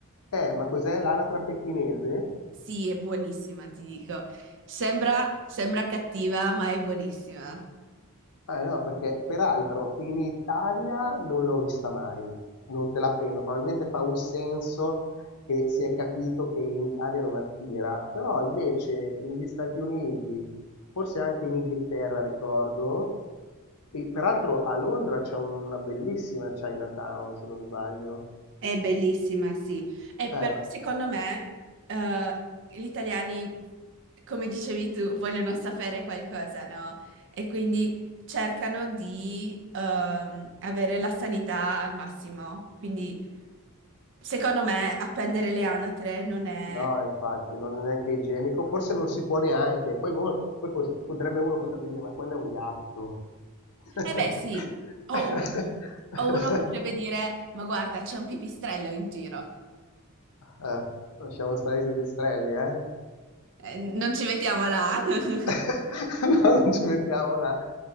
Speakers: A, on the left (about 85°); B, on the right (about 55°).
A: Eh, ma cos'è l'anatra pechinese?
B: Sì, è buonissima, ti dico. Sembra, sembra cattiva, ma è buonissima.
A: Ah no, perché peraltro in Italia non l'ho vista mai, non te la penno, probabilmente fa un senso che si è capito che in Italia non attira, però invece negli Stati Uniti, forse anche in Inghilterra ricordo, e peraltro a Londra c'è una bellissima Chinatown, se non sbaglio.
B: È bellissima, sì. E però
A: Eh,
B: secondo me eh, gli italiani, come dicevi tu, vogliono sapere qualcosa, no? E quindi cercano di ehm, avere la sanità al massimo. Quindi secondo me appendere le anatre non è...
A: no, infatti, non è neanche igienico, forse non si può neanche, poi, uno- poi pos- potrebbe uno potrebbe dire, ma quello è un gatto. <laughs>
B: Eh beh sì, o, u- o uno potrebbe dire, ma guarda, c'è un pipistrello in giro,
A: Eh, lasciamo stare i pipistrelli, eh?
B: Eh, non ci mettiamo là. <laughs>
A: <laughs> No, non ci mettiamo là.